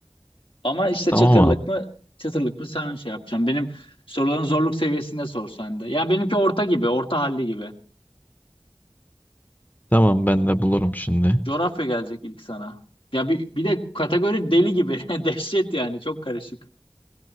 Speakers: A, on the left (about 80°); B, on the left (about 20°).
A: Ama işte
B: Tamam
A: çıtırlık
B: abi.
A: mı çıtırlık mı sen şey yapacaksın. Benim soruların zorluk seviyesinde sor sen de. Ya benimki orta gibi, orta halli gibi.
B: Tamam ben de bulurum şimdi.
A: Coğrafya gelecek ilk sana. Ya bir, bir de kategori deli gibi. <laughs> Dehşet yani. Çok karışık.